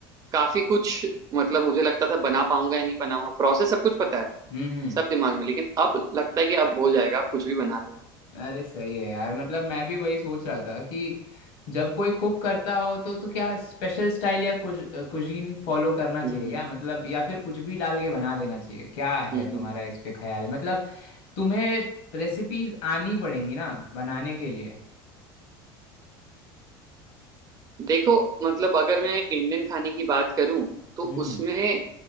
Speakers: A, on the right; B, on the left.
A: काफी कुछ मतलब मुझे लगता था बना पाऊंगा या नहीं बनाऊंगा प्रोसेस सब कुछ पता है
B: हम्म हम्म,
A: सब दिमाग में लेकिन अब लगता है कि अब हो जाएगा अब कुछ भी बना लूंगा
B: अरे सही है यार मतलब मैं भी वही सोच रहा था कि जब कोई कुक करता हो तो तो क्या स्पेशल स्टाइल या कुज, कुजीन फॉलो करना चाहिए
A: हम्म
B: क्या
A: हम्म
B: मतलब या फिर कुछ भी डाल के बना देना चाहिए क्या है
A: हम्म हम्म।
B: तुम्हारा इस पे ख्याल मतलब तुम्हें रेसिपीज आनी पड़ेंगी ना बनाने के लिए
A: देखो मतलब अगर मैं इंडियन खाने की बात करूं तो
B: हम्म
A: उसमें